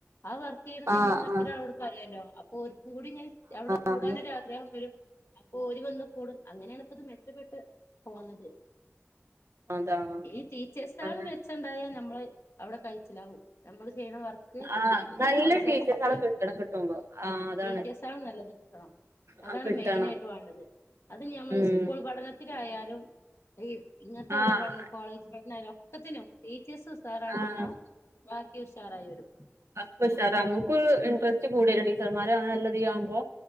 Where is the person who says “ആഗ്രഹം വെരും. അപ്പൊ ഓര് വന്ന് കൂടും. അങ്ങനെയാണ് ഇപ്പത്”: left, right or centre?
Left